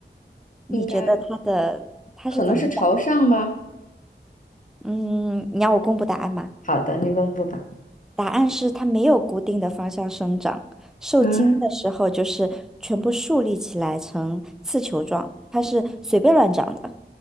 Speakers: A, in the centre; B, on the left.
A: 你觉得它的它是怎么长？
B: 应该可能是朝上吧。
A: 嗯，你要我公布答案吗？
B: 好的，你公布吧。
A: 答案是它没有固定的方向生长，受精的时候就是全部竖立起来成刺球状，
B: 啊，
A: 它是随便乱长的，